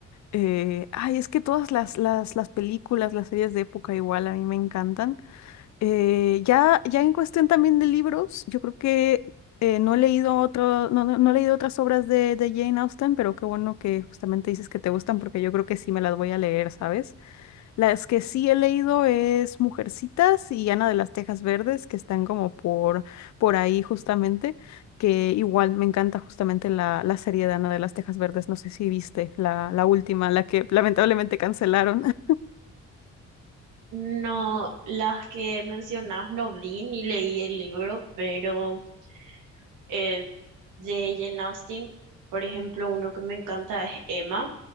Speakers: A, on the left; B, on the right.
A: Eh, ay, es que todas las, las, las películas, las series de época igual a mí me encantan. Eh, ya, ya en cuestión también de libros, yo creo que eh, no he leído otro, no, no, no he leído otras obras de, de Jane Austen, pero qué bueno que justamente dices que te gustan porque yo creo que sí me las voy a leer, ¿sabes? Las que sí he leído es Mujercitas y Ana de las Tejas Verdes, que están como por, por ahí justamente, que igual me encanta justamente la, la serie de Ana de las Tejas Verdes, no sé si viste la, la última, la que lamentablemente cancelaron. <laughs>
B: No, las que mencionás no vi ni leí el libro, pero eh, de Jane Austen, por ejemplo, uno que me encanta es Emma